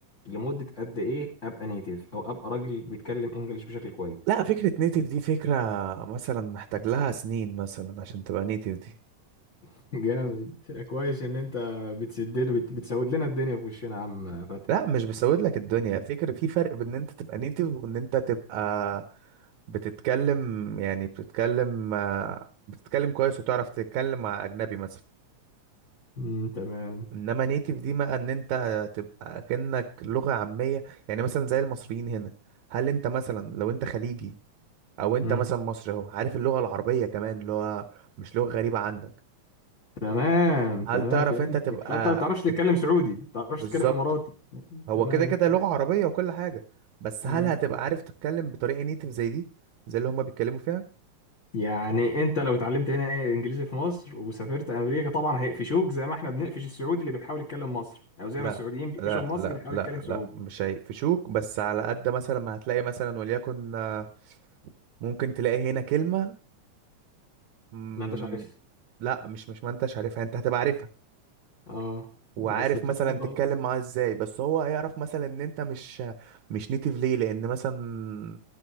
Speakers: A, on the left; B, on the right.
A: لمدة قد ايه ابقى نيتيف او ابقى راجل بيتكلم انجليش بشكل كويس
B: لا فكرة نيتيف دي فكرة مثلا محتاج لها سنين مثلا عشان تبقى نيتيف دي
A: <laughs> جامد كويس ان انت بتسد بت- بتسود لنا الدنيا في وشنا يا عم فتحي
B: لا مش بسود لك الدنيا فكرة في فرق بين ان انت تبقى نيتيف وان انت تبقى بتتكلم يعني بتتكلم آه، بتتكلم كويس وتعرف تتكلم مع اجنبي مثلا
A: امم <laughs> تمام
B: انما نيتيف دي بقى ان انت تبقى كأنك لغة عامية يعني مثلا زي المصريين هنا هل انت مثلا لو انت خليجي او انت
A: امم
B: مثلا مصري اهو عارف اللغة العربية كمان اللي هو مش لغة غريبة عندك
A: تمام
B: هل
A: تمام
B: تعرف
A: فهمتك
B: انت تبقى
A: فانت ما بتعرفش تتكلم
B: تك...
A: سعودي ما بتعرفش
B: بالظبط
A: تتكلم اماراتي
B: هو
A: تمام
B: كده كده لغة عربية وكل حاجة بس
A: مم.
B: هل هتبقى عارف تتكلم بطريقة نيتيف زي دي زي اللي هما بيتكلموا فيها
A: يعني انت لو اتعلمت هنا ايه انجليزي في مصر وسافرت امريكا طبعا هيقفشوك زي ما احنا بنقفش السعودي اللي بيحاول يتكلم مصري او زي
B: لا
A: ما السعوديين بيقفشوا
B: لا
A: المصري
B: لا
A: اللي بيحاول
B: لا
A: يتكلم سعودي
B: لا مش هيقفشوك بس على قد مثلا ما هتلاقي مثلا وليكن آه، ممكن تلاقي هنا كلمة مم...
A: ما انتش عارف
B: لا مش مش ما انتش عارفها انت هتبقى عارفها
A: اه
B: وعارف
A: بس بتتفضل
B: مثلا تتكلم معاه ازاي بس هو هيعرف مثلا ان انت مش مش نيتيف ليه لان مثلا